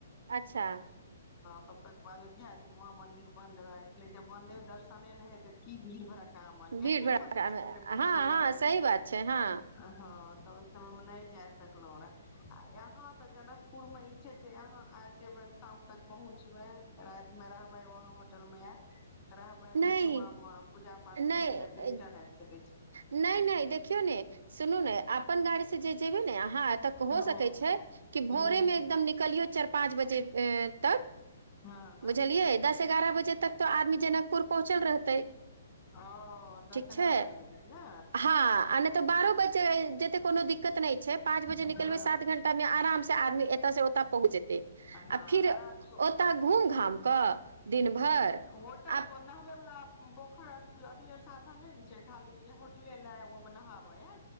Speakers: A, on the right; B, on the left.
A: अच्छा
B: तब तक बाजो ध्या वहाँ मंदिर बन्द भए गेलै जब बन्दे दर्शने नहि हेते की भीड़ भड़ा का म
A: भीड़
B: एटने
A: भड़ाका
B: बन्दर हलर बीचमे
A: हँ हँ सही बात छै हँ
B: हँ तऽ ओहि समय मे नहि जाय सकलहुं रे आ यहा तऽ जनकपुर में ई छै जे यहााँ जेबै शाम तक पहुँचबै राति में रहबै वहााँ होटल मे आ रहबै
A: नहि
B: फेर सुबह वह पूे पूजा पाठ
A: नहि
B: केर क रीट्रन आब
A: नहि नहि देखियौ ने सुनू ने अपन गाड़ी जेब ने अहाँ त हो
B: हँ
A: सकै छै कि भोरे
B: हूँ
A: मेदम निकलियौ चारि पाँच बजे तक
B: हँ हँ
A: बुझलियै दस एगारह बजे तक त आदमी जनकपुर पहुँचल रहतै
B: ओ दस
A: ठीक
B: एगारह
A: छै
B: बजे तक ने
A: हँ आ नहि तऽ बारह बजे जेतै कोनो दिक्कत नहि छै पाँच बजे
B: हँ
A: निकलबै सात घं्टामे आरामसँ आदमी एतयसँ ओतय पहुँच जेतै
B: हँ
A: आ फिर
B: आराम से
A: ओतय घूम घाम कऽ दिन भरि
B: होटल
A: आ
B: बनाबै वला पोखर अथ साधन नहि ने छै खाली होटले ल ओ मे नहाबे ह